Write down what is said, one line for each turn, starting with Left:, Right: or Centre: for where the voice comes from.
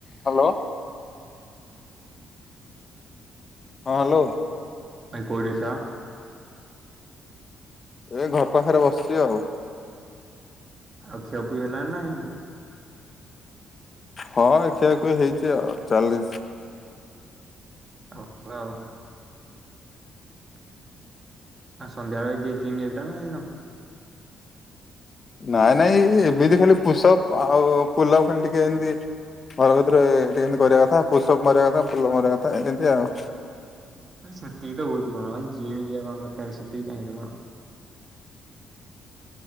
Left: Hello. ହଁ hello.
Right: ଭାଇ କୋଉଠି ଅଛ?
Left: ଏ ଘର ପାଖରେ ବସିଛି ଆଉ।
Right: ଆଉ ଖ୍ଆ ପିଆ ହେନା ନାଇ?
Left: ହଁ ଖିଆ ଖୁଇ ହେଇଚି ଆଉ ଚାଲି
Right: <unintelligible> ଆଉ ସନ୍ଧ୍ୟା ବେଳେ ଜି ଜିମ୍ ଯାଇଥିଲ ନା ଯାଇନ?
Left: ନାଇଁ ନାଇଁ ଏମିତି ଖାଲି ପୁଷଅପ ଆଉ ପୁଲଅପ ଖାଲି ଟିକେ ଏମତି ଘରକତିରେ ଏ ଏମିତି କରିବା କଥା ପୁଷଅପ ମରିବା କଥା ପୁଲଅପ ମରିବା କଥା ଏମିତି ଆଉ।
Right: ଭାଇ ସେତିକି ଟା <unintelligible> କଣ ଭାଇ ଯିଏ ୟି କଣ ଦରକାର ସେତିକି କାହିଁ ରେ କଣ।